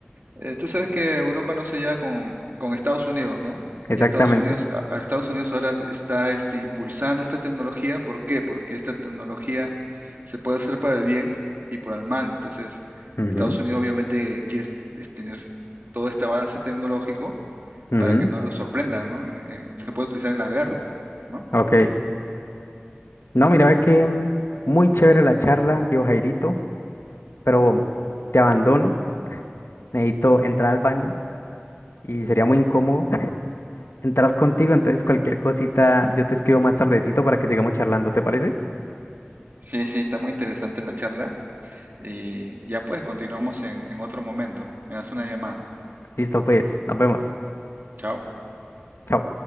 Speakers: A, on the right (about 50°); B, on the left (about 90°).
A: Eh, tú sabes que Europa no se lleva con, con Estados Unidos, ¿no?
B: Exactamente.
A: Y Estados Unidos, a, a Estados Unidos ahora está este, impulsando esta tecnología. ¿Por qué? Porque esta tecnología se puede hacer para el bien y para el mal. Entonces,
B: Ujú,
A: Estados Unidos obviamente quiere es- tener todo este avance tecnológico
B: ujú,
A: para que no lo sorprendan, ¿no? En- en- se puede utilizar en la guerra, ¿no?
B: Ok. No, mira, ve que mm, muy chévere la charla, viejo Jairito, pero te abandono. Necesito entrar al baño y sería muy incómodo <laughs> entrar contigo. Entonces, cualquier cosita yo te escribo más tardecito para que sigamos charlando, ¿te parece?
A: Sí, sí, está muy interesante la charla. Y ya pues, continuamos en, en otro momento. Me das una llamada.
B: Listo, pues, nos vemos.
A: Chao.
B: Chao.